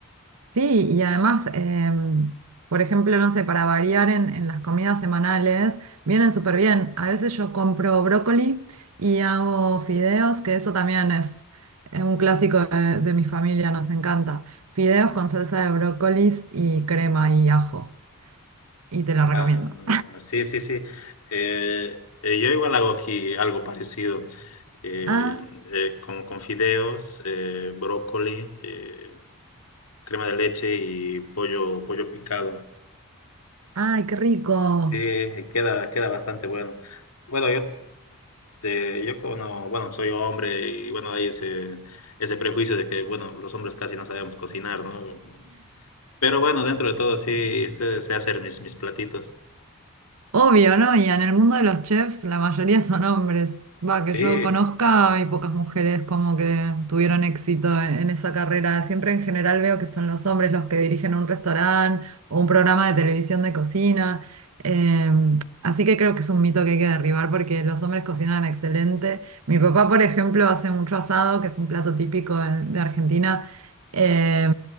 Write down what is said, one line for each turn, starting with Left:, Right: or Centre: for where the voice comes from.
Right: Sí, y además, em, por ejemplo, no sé, para variar en, en las comidas semanales, vienen súper bien. A veces yo compro brócoli y hago fideos, que eso también es eh, un clásico de, de mi familia, nos encanta. Fideos con salsa de brócolis y crema y ajo, y te lo
Left: Ah,
Right: recomiendo.
Left: sí, sí, sí. Eh, eh, yo igual hago aquí algo parecido, eh,
Right: Ah,
Left: eh, con, con fideos, eh, brócoli, eh, crema de leche y pollo, pollo picado.
Right: ay, qué rico.
Left: Sí, queda, queda bastante bueno. Bueno, yo, de- yo como, no- bueno, soy hombre y bueno, hay ese, ese prejuicio de que, bueno, los hombres casi no sabemos cocinar, ¿no? Pero bueno, dentro de todo sí sé, sé hacer mis, mis platitos.
Right: Obvio, ¿no? Y en el mundo de los chefs la mayoría son hombres. Va,
Left: Sí,
Right: que yo conozca, hay pocas mujeres como que tuvieron éxito en, en esa carrera. Siempre en general veo que son los hombres los que dirigen un restaurante o un programa de televisión de cocina. Eh, así que creo que es un mito que hay que derribar porque los hombres cocinan excelente. Mi papá, por ejemplo, hace mucho asado, que es un plato típico de, de Argentina. Eh,